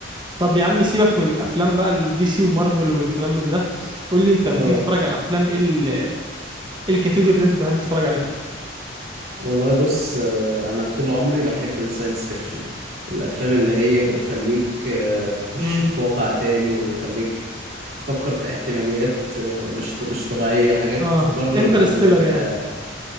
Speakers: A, on the right (about 25°); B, on the right (about 55°).
A: طب يا عم سيبك من الافلام بقى الدي سي ومارفل والكلام من ده قول لي انت لما
B: اه
A: تيجي تتفرج على الافلام ايه ال- إيه الكاتيجوري اللي انت تحب تتفرج عليها
B: والله بص آه، انا طول عمري بحب الساينس فيكشن الافلام اللي هي بتخليك آه، تخش
A: امم
B: في واقع تاني وتخليك تفكر في احتماليات آه، مش مش طبيعية حاجات
A: اه
B: بره
A: انترستيلر
B: المألوف بتاعك
A: يعني